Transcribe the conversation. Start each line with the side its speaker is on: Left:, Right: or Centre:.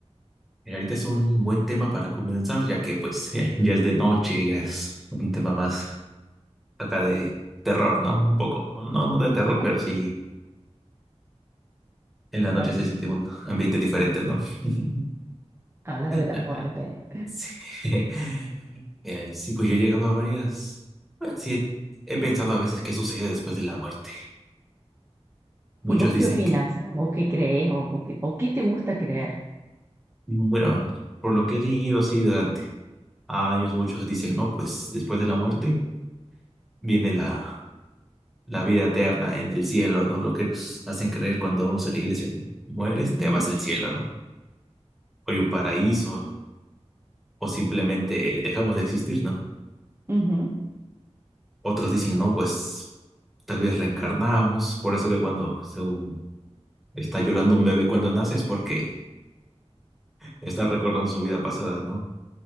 Centre: Mira, ahorita es un buen tema para comenzar, ya que pues <laughs> ya es de noche, ya es un tema más acá de terror, ¿no? Un poco, no, no de
Right: Claro.
Centre: terror, pero sí en la
Right: Me Parece
Centre: noche se siente un ambiente diferente, ¿no? <laughs>
Right: hablar de la
Centre: Ah,
Right: muerte.
Centre: Sí. <laughs> Eh, sí, pues yo he llegado a varias. bueno, sí, he, he pensado a veces qué sucede después de la muerte. Muchos
Right: ¿Y vos
Centre: dicen,
Right: qué opinas?
Centre: que-
Right: ¿O qué crees? ¿O, o qué, o qué te gusta creer?
Centre: bueno, por lo que he leído así durante años, muchos dicen, no, pues después de la muerte viene la, la vida eterna en el cielo, ¿no? Lo que nos hacen creer cuando vamos a la iglesia, ¿no? Mueres,
Right: Ujú.
Centre: te vas al cielo, ¿no? O hay un paraíso, o simplemente dejamos de existir, ¿no?
Right: Ujú,
Centre: Otros dicen, no, pues tal vez reencarnamos, por eso que cuando según está llorando un bebé cuando nace es porque está recordando su vida pasada, ¿no?